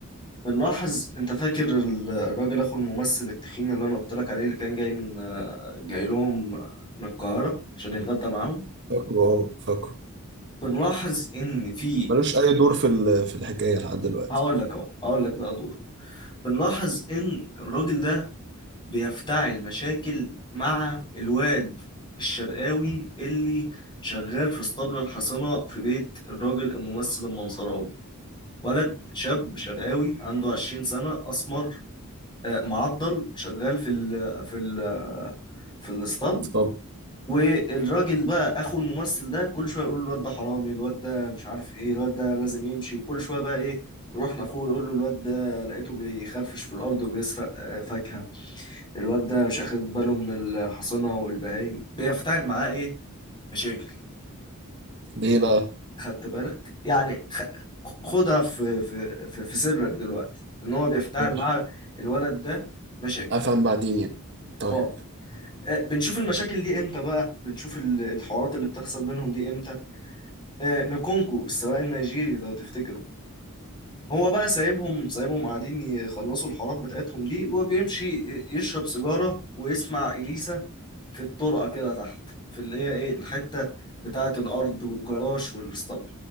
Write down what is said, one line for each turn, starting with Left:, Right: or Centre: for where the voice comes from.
Left: بنلاحظ انت فاكر ال- الراجل اخو الممثل التخين اللي انا قلت لك عليه اللي كان جاي من آه، جاي لهم آه، من القاهرة عشان يتغدى معاهم
Right: فاكره اه فاكره
Left: بنلاحظ ان في
Right: ملوش أي دور في ال- في الحكاية لحد دلوقتي
Left: هقول لك اهو هقول لك بقى دور بنلاحظ ان الراجل ده بيفتعل مشاكل مع الواد الشرقاوي اللي شغال في اسطبل الحصانة في بيت الراجل الممثل المنصراوي ولد شاب شرقاوي عنده 20 سنة أسمر آه، معضل شغال في ال في ال في الاسطبل
Right: طب
Left: والراجل بقى اخو الممثل ده كل شويه يقول له الواد ده حرامي الواد ده مش عارف ايه الواد ده لازم يمشي وكل شويه بقى ايه يروح لاخوه يقول له الواد ده لقيته بيخرفش في الارض وبيسرق آه، فاكهه الواد ده مش اخد باله من الحصنه والبهايم بيفتعل معاه ايه مشاكل
Right: ليه بقى؟
Left: خدت بالك يعني خ- خدها في في في في سرك دلوقتي ان هو بيفتعل
Right: ماشي
Left: مع الولد ده مشاكل
Right: أفهم بعدين يعني طيب
Left: اه آه، بنشوف المشاكل دي امتى بقى بنشوف ال- الحوارات اللي بتحصل بينهم دي امتى آه، نكونكو السواق النيجيري لو تفتكروا هو بقى سايبهم سايبهم قاعدين يخلصوا الحوارات بتاعتهم دي وبيمشي ي- يشرب سيجارة ويسمع إليسا في الطرقة كده تحت في اللي هي ايه الحتة بتاعة الأرض والجراج والاسطبل